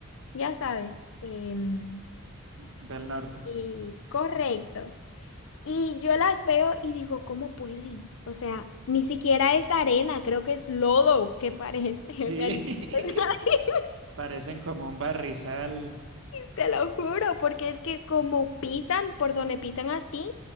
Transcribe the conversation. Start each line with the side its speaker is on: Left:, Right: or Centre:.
Left: ya sabes, em,
Right: del norte.
Left: y correcto. Y yo las veo y digo, ¿cómo pueden? O sea, ni siquiera es arena, creo que es lodo que parece. <laughs>
Right: Sí,
Left: O sea, ni-
Right: <laughs>
Left: <laughs>
Right: parecen como un barrizal
Left: Te lo juro, porque es que como pisan, por donde pisan así,